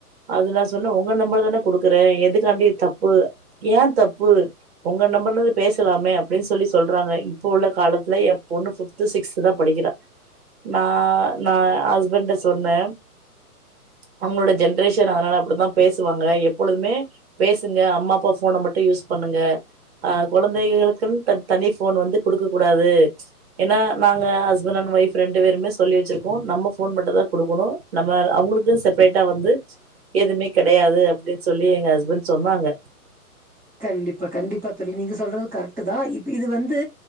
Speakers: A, on the right; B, in the centre.
A: அது நா சொன்ன உங்க நம்ம்பர் தான குடுக்குற எதுக்காண்டி இது தப்பு ஏ தப்பு ஒங்க நம்பர்லந்து பேசலாமே அப்டின் சொல்லி சொல்றாங்க இப்ப உள்ள காலத்துல எ பொண்ணு சுத் த்து சிக்ஸ்த்து தா படிக்கிறா நா நா ஹஸ்பண்ட சொன்ன அவங்களோட ஜென்ரேஷன் அதனால அப்டித்தா பேசுவாங்க எப்பொழுதுமே பேசுங்க அம்மா அப்பா ஃபோன மட்டு யூஸ் பண்ணுங்க அ கொழந்தைகளுக்குன் த தனி ஃபோன் வந்து குடுக்க கூடாது ஏன்னா நாங்க ஹஸ்பண்ட் அண்ட் ஒய்ப் ரெண்டு பேருமே சொல்லி வச்சிருக்கோ நம்ம ஃபோன் மட்டு தா குடுக்கணு நம்ம அவங்களுக்கு செப்ரேட்டா வந்து எதுமே கெடையாது அப்டின்னு சொல்லி எங்க ஹஸ்பண்ட் சொன்னாங்க
B: கண்டிப்பா கண்டிப்பா தோழி நீங்கள் சொல்றது கரெக்டு தா இப்போ இது வந்து